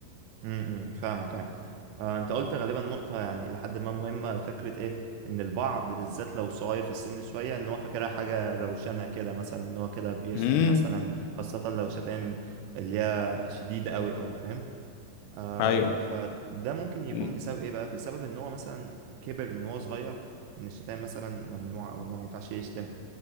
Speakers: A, on the right; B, on the left.
A: امم، امم، فاهمك يعني آه انت قلت غالبا نقطة يعني لحد ما مهمة فكرة ايه ان البعض بالذات لو صغير في السن شوية ان هو فاكرها حاجة روشنة كده مثلا ان هو كده بيشتم
B: امم
A: مثلا خاصة لو شتائم اللي هي شديدة قوي او فاهم آه
B: ايوه
A: فده ممكن يكون
B: مم.
A: بسبب ايه بقى بسبب ان هو مثلا كبر من هو صغير ان الشتايم مثلا ممنوع او ان هو ما ينفعش يشتم